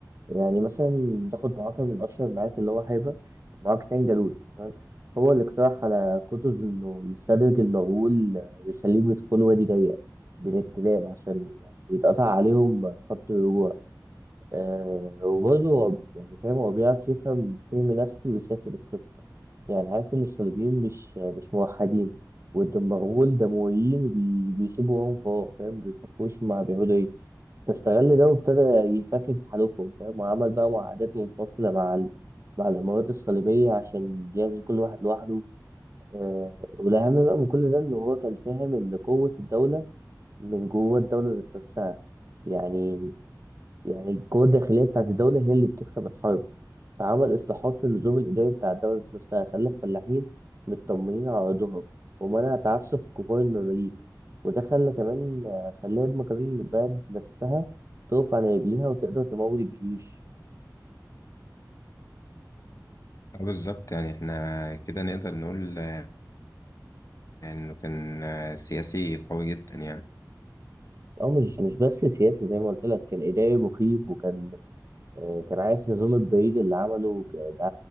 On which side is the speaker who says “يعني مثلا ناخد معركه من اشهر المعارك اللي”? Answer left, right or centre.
Right